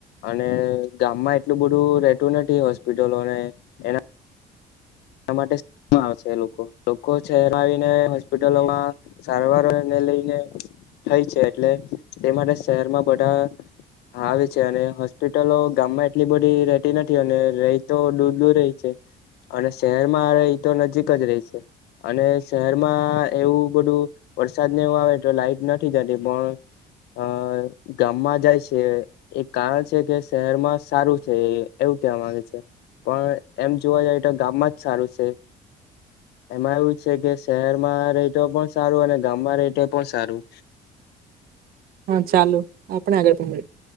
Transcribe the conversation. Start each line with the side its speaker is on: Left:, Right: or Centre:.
Left: અને ગામમાં એટલું બધું રે ટુ નથી હોસ્પિટલોને એના એના માટે <unintelligible> આવે છે એ લોકો. લોકો છેર આવીને હોસ્પિટલોમાં સારવારને લઈને થઈ છે એટલે તે માટે શહેરમાં બધા આવે છે અને હોસ્પિટલો ગામમાં એટલી બધી રેતી નથી અને રહી તો દૂર દૂર રહી છે અને શહેરમાં એ તો નજીક જ રહી છે અને શહેરમાં એવું બધું વરસાદ હવા આવે તો લાઈટ નથી જતી પણ અ ગામમાં જાય છે એક કારણ છે કે શહેરમાં સારું છે એવું કહેવામા આવે છે. પણ એમ જોવા જઈ તો ગામમાં જ સારું છે. એમાં એવું છે કે શહેરમાં રેય પણ સારું અને ગામમાં રેય પણ સારું.
Right: હા ચાલુ આપણે આગળ પણ <unintelligible>